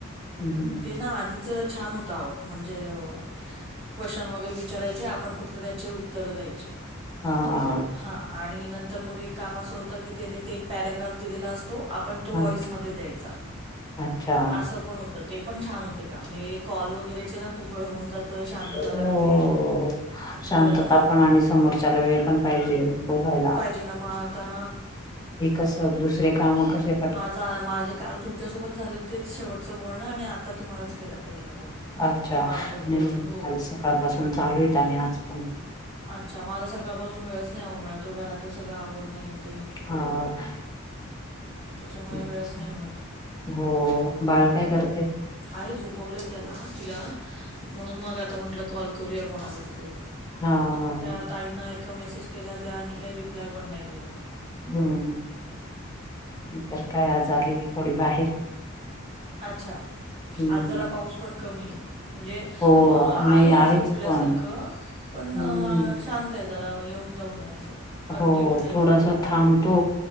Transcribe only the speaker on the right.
ते ना आधीच छान होत अहो म्हणजे अं क्वश्चन वगैरे विचारायचे आपण फक तर त्याचे उत्तरं द्यायचे
हां आणि नंतर मग एक काम असं होतं की त्यांनी ते एक पॅराग्राफ दिलेला असतो आपण तो
व्हाॅईसमध्ये द्यायचा
असं पण होतं तर ते पण छान होते काम हे कॉल वगैरेचे ना खूप वेळ होऊन जातं शांतता
लागते
बोलायला नाही
जन्माचा
माझं आं माझे काल तुमच्यासोबत झालं तेच शेवटचं बोलणं आणि आता तुम्हालाच केला पहिला कॉल.
बाळ झोपल्यावर
हो.
अच्छा! मला सकाळपासून वेळच नाही ओ मिळतं. घरातलं सगळं आवरण, हें तें.
त्याच्यामुळे वेळच
नाही मिळत.
आहे झोपवलंय त्याला-तिला, म्हणून मग आता म्हटलं कॉल करूया कोणाला तरी.
त्या ताईंना एका मेसेज केला, त्यांनी काय रिप्लाय पण नाही दिला.
अच्छा!
आज जरा पाऊस पण कमीयं म्हणजे
अं आहे
असं
उठल्यासारखं
पण
अं शांत आहे जरा, येऊन जाऊन आहे असं, कंटिन्यू
नायच